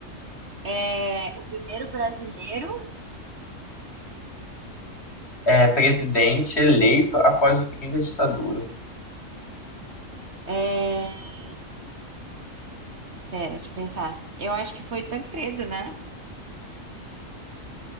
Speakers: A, on the right; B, on the left.
A: É, o primeiro brasileiro.
B: É, presidente eleito após o fim da ditadura.
A: É... Pera, deixa eu pensar. Eu acho que foi Tancredo, né?